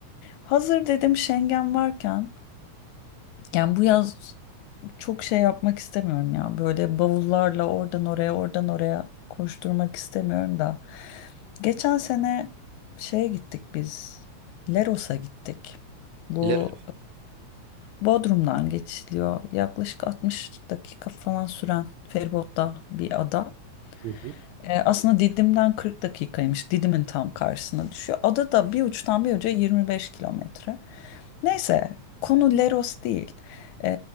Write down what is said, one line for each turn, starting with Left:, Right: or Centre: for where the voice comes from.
Left: Hazır dedim Schengen varken yani bu yaz çok şey yapmak istemiyorum ya. Böyle bavullarla oradan oraya oradan oraya koşturmak istemiyorum da. Geçen sene şeye gittik biz. Leros'a gittik. Bu
Right: Le-
Left: Bodrum'dan geçiliyor. Yaklaşık 60 dakika falan süren feribotla bir ada.
Right: Hı hı.
Left: E, aslında Didim'den 40 dakikaymış. Didim'in tam karşısına düşüyor. Ada da bir uçtan bir uca 25 kilometre. Neyse konu Leros değil. E,